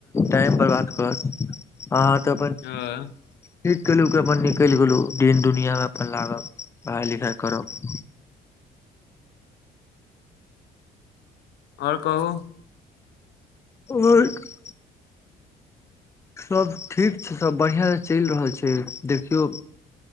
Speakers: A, on the left; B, on the left.
A: टाइम बर्बाद कर अहाँ त अपयें
B: ह
A: ठीक केलु के अपन निकाइल गेलु दिन दुनिया मे अपन लागब पढ़ाई लिखाई करब
B: ओर कहु
A: <unintelligible> सभ ठीक छै सभ बढ़िया से चलि रहल छै देखियौ